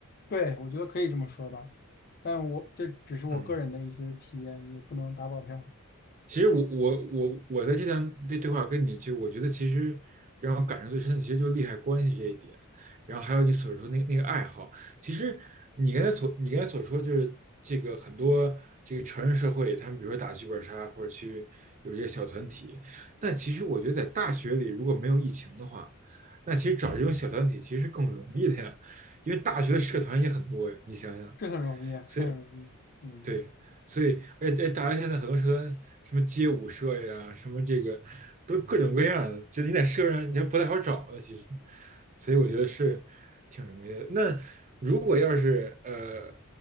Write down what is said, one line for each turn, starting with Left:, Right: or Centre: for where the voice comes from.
Left: 对，我觉得可以这么说吧，但我这只是我个人的一些体验，
Right: 嗯。
Left: 也不能打保票，
Right: 其实我我我我在这段对对话跟你就，我觉得其实让我感受最深的，其实就是利害关系这一点，然后还有你所说那那个爱好。其实你刚才所你刚才所说就是这个很多这个成人社会里，他们比如说打剧本杀或者去有这个小团体，但其实我觉得在大学里如果没有疫情的话，那其实找这种小团体其实是更容易的呀，因为大学的社团也很多呀，你想想。
Left: 是很容易啊，
Right: 所以。
Left: 是很容易，嗯，
Right: 对，所以而且大家现在很多社团，什么街舞社呀，什么这个，都各种各样的，就你在社上你还不太好找的，其实，所以我觉得是挺容易的。那如果要是呃，